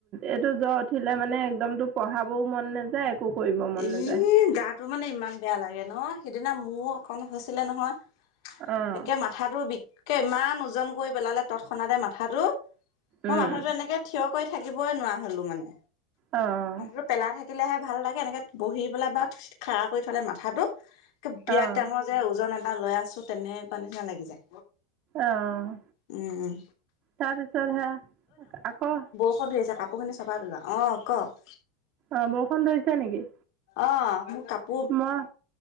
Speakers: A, on the right; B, on the left.
A: এইটো জ্বৰ উঠিলে মানে একদমটো পঢ়াবও মন নাযায়- কৰিব মন
B: ইহ
A: নাযায়।
B: গাটো মানে ইমান বেয়া লাগে ন, সিদিনা মোৰ অকন হৈছিলে নহয়-
A: অঁ'
B: একে মাথাটো বিককে ইমান ওজন কৰি পেলালে তৎক্ষণাতে মাথাটো, মই
A: উম।
B: মাথাটো এনেকে- থিয় কৰি থাকিবই নোৱাৰা হ'লো মানে।
A: অঁ' অঁ'
B: হাঁহটো পেলাই থাকিলেহে ভাল লাগে, এনেকে বহি পেলাই বা খাৰা কৰি থ'লে মাথাটো বিৰাট
A: অ'
B: ডাঙৰ- যে ওজন এটা লৈ আছো, তেনেকুৱা নিচিনা লাগি যায়।
A: অঁহ'
B: উম উম
A: তাৰপিছত হে আকৌ-
B: ক'ত ধৰিছে কাপোৰখিনি চপাই পেলোৱা অঁ' ক'।
A: অঁ' বৰষুণ ধৰিছে নেকি?
B: অঁ' মোৰ কাপ-
A: ময়